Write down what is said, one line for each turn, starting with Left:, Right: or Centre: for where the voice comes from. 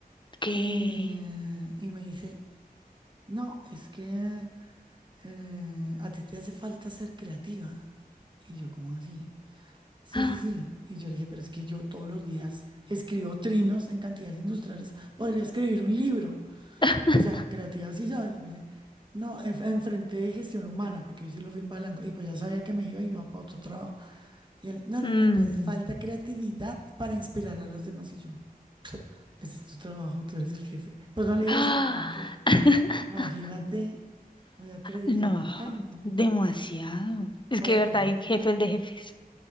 Left: Ok. <gasps>
Right: eh, y me dice, no, es que eh, a ti te hace falta ser creativa. Y yo, ¿cómo así? Sí,
Left: Ah.
Right: sí, sí. Y yo le dije, pero es que yo todos los días escribo trinos en cantidades industriales, podría escribir un libro.
Left: <laughs>
Right: O sea, creativa sí soy. Y me dice, no, en, enfrente de gestión humana, porque yo sí lo fui embalando. Y pues ya sabía que me iba y iba para otro trabajo. Y él, no,
Left: Mm.
Right: no, no, te hace falta creatividad para inspirar a los demás. Y yo, este es tu trabajo, tú eres el jefe. Pues no le dije
Left: <gasps> ¡Ah!
Right: eso, pero yo me quedé.
Left: <laughs>
Right: Imagínate, muy atrevido.
Left: No,
Right: Ay, no,
Left: demasiado. Es
Right: horrible.
Left: que de verdad hay jefes de jefes.